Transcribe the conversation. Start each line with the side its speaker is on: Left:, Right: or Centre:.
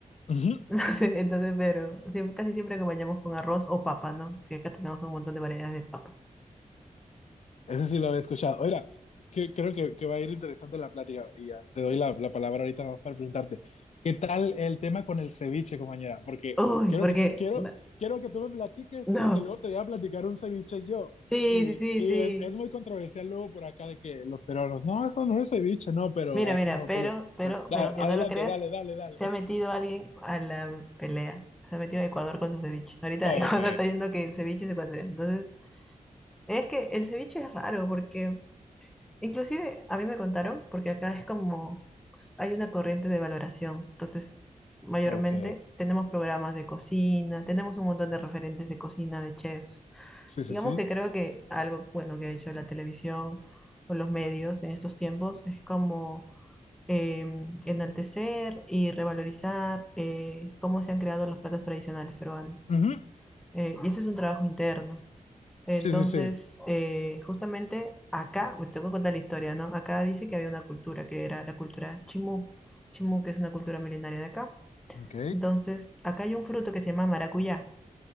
Left: Ujú.
Centre: No sé, entonces, pero siem- casi siempre acompañamos con arroz o papa, ¿no? Porque acá tenemos un montón de variedades de papa.
Left: Ese sí lo había escuchado. Oiga, que, creo que, que va a ir interesante la plática. Y ya te doy la, la palabra ahorita nomás para preguntarte. ¿Qué tal el tema con el ceviche, compañera? Porque
Centre: Uy,
Left: quiero
Centre: porque
Left: que, quiero,
Centre: no,
Left: quiero que tú me platiques,
Centre: no.
Left: porque luego te voy a platicar un ceviche yo.
Centre: Sí,
Left: Y,
Centre: sí,
Left: y
Centre: sí, sí.
Left: es, es muy controversial luego por acá de que los peruanos, no, eso no es ceviche, no, pero
Centre: Mira,
Left: a
Centre: mira,
Left: eso nosotros.
Centre: pero, pero,
Left: le- da-
Centre: pero aunque
Left: adelante,
Centre: no lo creas,
Left: dale, dale, dale.
Centre: se ha metido alguien a la pelea. Se ha metido a Ecuador con su ceviche. Ahorita
Left: Ok,
Centre: <laughs> Ecuador está diciendo que el ceviche es ecuatoriano. Entonces, es que el ceviche es raro porque, inclusive a mí me contaron, porque acá es como, s- hay una corriente de valoración. Entonces, mayormente
Left: ok.
Centre: tenemos programas de cocina, tenemos un montón de referentes de cocina, de chefs
Left: Sí, sí,
Centre: Digamos
Left: sí.
Centre: que creo que algo bueno que ha hecho la televisión o los medios en estos tiempos es como em, enaltecer y revalorizar eh, cómo se han creado los platos tradicionales peruanos.
Left: Ujú.
Centre: Eh, y eso es un trabajo interno. Entonces,
Left: Sí, sí, sí.
Centre: eh, justamente acá, pues, te voy a contar la historia, ¿no? Acá dice que había una cultura, que era la cultura chimú. Chimú, que es una cultura milenaria de acá.
Left: Ok.
Centre: Entonces, acá hay un fruto que se llama maracuyá,